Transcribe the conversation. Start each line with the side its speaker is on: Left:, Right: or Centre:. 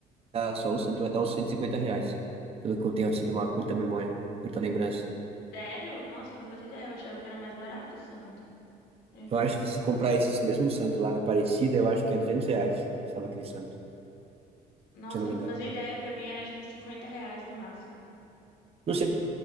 Right: dar- só o Santos vai dar os 150 reais, pelo que eu tenho assim de uma curta memória, curta lembrança.
Left: Sério? Nossa, eu não fazia ideia, eu achava que era mais barato o santo. Meu Deus.
Right: Eu acho que se comprar esses mesmos Santos lá na Aparecida, eu acho que é 200 reais, custava aquele santo,
Left: Nossa,
Right: se eu não
Left: eu
Right: me
Left: não
Right: engano.
Left: fazia ideia. Pra mim era tipo 50 reais no máximo.
Right: Não sei